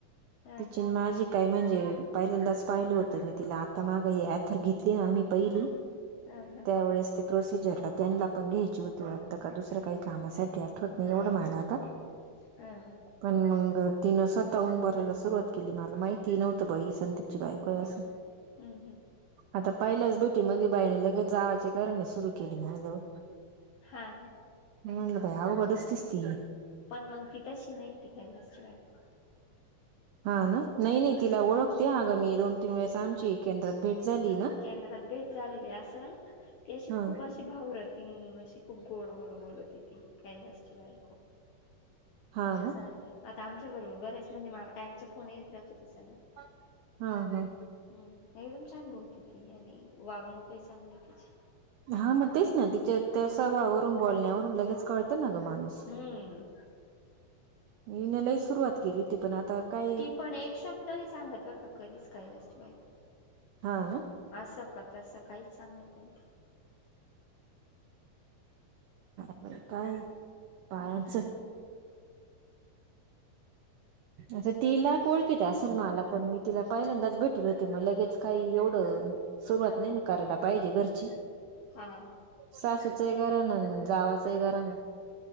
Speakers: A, on the left; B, on the right.
A: हा
B: तिची
A: हा
B: न माझी काय म्हणजे पहिल्यांदाच पाहिलं होतं मी तिला आता माग हे ॲथर घेतली ना आम्ही पहिली
A: हा हा
B: त्यावेेळेस ते प्रोसिजरला त्यांनला पण घ्यायची होती वाटतं का दुसर काही कामासाठी आठवत नाही एवढं मला आता.
A: हा, हा,
B: पण, मंग तिनं स्वताहून बोलायला सुरुवात केली, मला माहिती नव्हत बाई, ही संदीपची बाईको आहे असं.
A: हम्म, हम्म,
B: आता, पहिल्याच भेटी मधी बाईने, लगेच जावाच्या करणी सुरु केले माझा वर,
A: हा ना
B: म्हटलं बाई आवघडच दिसती ही,
A: पण, मग ति तशी नाही, ती कैलासची बायको,
B: हा, ना नाही, नाही, तिला
A: हा
B: ओळखते अगं मी दोन, तीन वेळेस, आमची केंद्रात भेट झाली ना.
A: केंद्रात भेट झालेली असल, ती अशी
B: हा
A: खूप अशी अशी भावरत हम, अशी खूप गोड, गोड बोलतती, कैलासची बायको.
B: हा
A: ने असं,
B: ना
A: आता आमच्या बरोबर, बरेच म्हणजे मला काय आमचा फोन येत राहतो, <unintelligible>
B: हा, हा,
A: हम्म, एकदम छान बोलती ती, आणि वागणूकही चांगली आहे तिची.
B: हा, मग तेच ना, तिच्या त्या स्वभावरून, बोलण्यावरून, लगेच कळतं ना ग माणूस.
A: हम्म,
B: <inaudible> हिन, लई सुरुवात केली होती, पण आता काय
A: ती पण एक शब्द नाही सांगत बरं का कधीच कैलासची बायको.
B: हा, ना,
A: असं, का, तसं काहीच सांगत नाही ती.
B: बापरे, काय बायांच,
A: हम्म.
B: आता, ती लाख ओळखीत असेल मला, पण मी तिला पहिल्यांदाच भेटेल होते, मग लगेच काय एवढं सुरुवात नाही ना, करायला पाहिजे घरची.
A: आ
B: सासूचएक गऱ्हाण, अन, जावाचही गऱ्हाण,